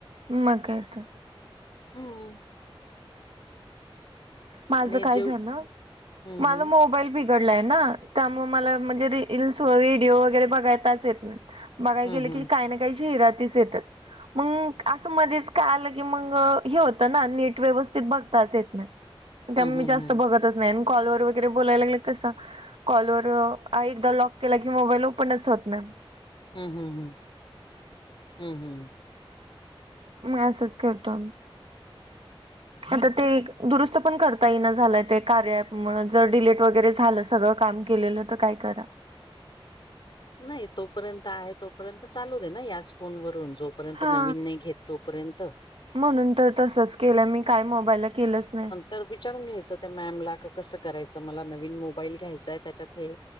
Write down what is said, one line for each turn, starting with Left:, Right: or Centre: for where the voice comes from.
Right: मग काय तर
Left: हम्म
Right: माझ
Left: आणि
Right: काय
Left: जेव
Right: झालं
Left: हम्म
Right: माझ मोबाईल ब बिघडला ना त्यामुळे रिल्स व्हिडिओ बघताच येत नाही बघाय
Left: हम्म
Right: गेले की काही ना काहीशी हिरातीस येतात मग असं मध्येच काय आलं की मग हे होतं ना नेट व्यवस्थित बघता येत नाही
Left: हम्म
Right: त्यामुळे
Left: हम्म.
Right: मी
Left: हम्म हम्म
Right: जास्त बघतच नाही आणि कॉलवर वगैरे बोलायला लागले कसं कॉलर एकदा लॉक केला की मोबाईल ओपनच होत ना
Left: हम्म हम्म हम्म हम्म हम्म
Right: म असच करतो आता ते दुरुस्त पण करता ये ना झालंय ते कार्य म्हण जर डिलेट वगैरे झालं सगळं काम केलेलं तर काय करा
Left: नाही तोपर्यंत आहे तोपर्यंत चालू दे ना याच फोन वून जोपर्यंत
Right: हा
Left: नवीन नाही घेत तोपर्यंत
Right: म्हणून तर तसच केलं मी काय मोबाईलला केलंच नाही
Left: तर विचारून घ्यायचं त्या मॅमला का कसं करायचं मला नवीन मोबाईल घ्यायचाय त्याच्यात हे